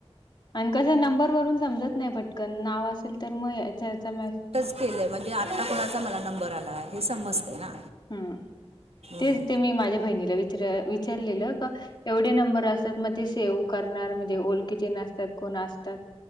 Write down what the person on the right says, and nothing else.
केलंय म्हणजे आत्ता कुणाचा मला नंबर आला हे समजतय ना.
हम्म.